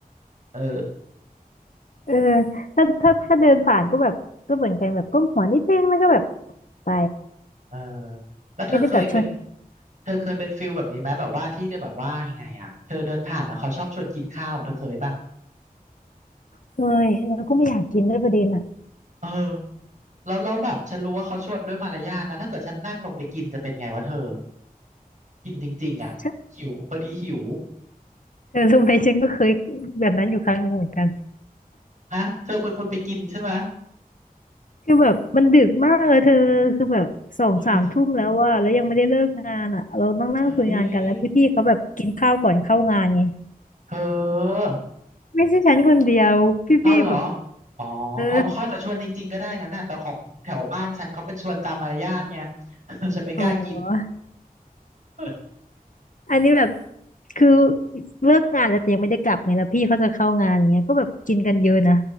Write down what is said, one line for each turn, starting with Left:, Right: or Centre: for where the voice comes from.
Right: เออ
Left: เออถ้าถ้าถ้าเดินผ่านก็แบบก็เหมือนกันแบบก้มหัวนิดนึงแล้วก็แบบไป
Right: เออแล้วเธอเคยเป็น
Left: ไม่ได้แบบชวน
Right: เธอเคยเป็นฟิลแบบนี้ไหมแบบว่าที่จะแบบว่ายังไงอ่ะเธอเดินผ่านแล้วเขาชอบชวนกินข้าวเธอเคยป่ะ
Left: เคยแล้วก็ไม่อยากกินด้วยประเด็นอ่ะ
Right: เออ แล้วเราแบบฉันรู้ว่าเขาชวนด้วยมารยาทนะถ้าเกิดฉันนั่งลงไปกินจะเป็นไงวะเธอกินจริงๆอ่ะหิวพอดีหิว
Left: ฉันเธอรู้ไหมฉันก็เคยแบบนั้นอยู่ครั้งหนึ่งเหมือนกัน
Right: ฮะเธอเป็นคนไปกินใช่ไหม
Left: คือแบบมันดึกมากเลยเธอคือแบบสองสามทุ่มแล้วว่าแล้วยังไม่ได้เลิกงานอ่ะเราต้องนั่งคุยงานกันแล้วพี่ๆเขาแบบกินข้าวก่อนเข้างานไง
Right: เฮ้ยเฮ้ยเธอ
Left: ไม่ใช่ฉันคนเดียว
Right: เอาเหรอ
Left: พี่ๆแบบ
Right: อ๋ออ๋อเขาอาจจะชวนจริงๆก็ได้งั้นนะแต่ของแถวบ้านฉันเขาเป็นชวนตามมารยาทไง
Left: เออ
Right: <laughs> ฉันไม่กล้ากิน
Left: อ๋อ
Right: <laughs> แล
Left: อันนี้แบบคือเลิกงานแล้วแต่ยังไม่ได้กลับไงแล้วพี่เขาจะเข้างานอย่างเงี้ยก็แบบกินกันเยอะนะ